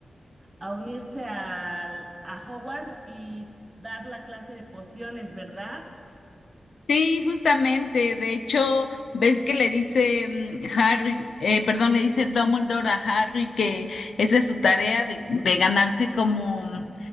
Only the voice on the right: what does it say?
a unirse al- a Hogwarts y dar la clase de pociones, ¿verdad?